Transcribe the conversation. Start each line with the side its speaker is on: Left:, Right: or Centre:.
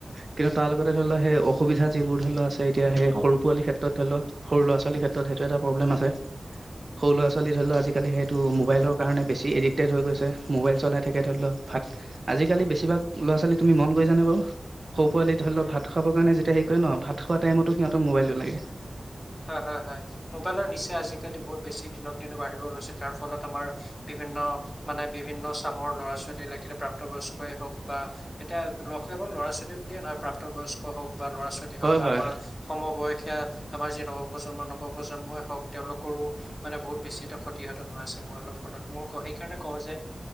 Right: কিন্তু তাৰ লগতে ধৰি লও সেই অসুবিধা যিবোৰ ধৰি লও আছে এতিয়া সেই সৰু পোৱালি ক্ষেত্ৰত এতিয়া ধৰি লও সৰু ল'ৰা ছোৱালীৰ ক্ষেত্ৰত সেইটো এটা প্ৰবলেম আছে। সৰু ল'ৰা ছোৱালী ধৰি লও আজিকালি সেইটো মোবাইলৰ কাৰণে বেছি এডিক্টেড হৈ গৈছে। মোবাইল চলাই থাকে ধৰি লও ভাত আজিকালি বেছিভাগ ল'ৰা ছোৱালী তুমি মন কৰিছেনে বাৰু? সৰু পোৱালি ধৰি লওক
Left: উম
Right: ভাত খাব কাৰণে যেতিয়া সেই ন ভাত খোৱা টাইমতো সিহতৰ মবাইলটো লাগে।
Left: হয় হয় হয় মোবাইলৰ নিচা আজিকালি বহুত বেছি দিনক দিনে বাঢ়িব লৈছে, তাৰ ফলত আমাৰ বিভিন্ন মানে বিভিন্ন চামৰ ল'ৰা ছোৱালী লাগিলে প্ৰাপ্তবয়স্কই হওক বা এতিয়া কেৱল ল'ৰা ছোৱালী বুলিয়ে নহয় প্ৰাপ্ত বয়স্ক হওক বা ল'ৰা ছোৱালী হওক
Right: হয়
Left: বা
Right: হয়
Left: আমাৰ সমবয়সীয়া আমাৰ যি প্ৰজন্ম নৱ প্ৰজন্মই হক তেওঁলোকৰো মানে বহুত বেছি এটা ক্ষতিসাধন হৈ আছে মই অলপ ফলত মই সেইকাৰণে কওঁ, যে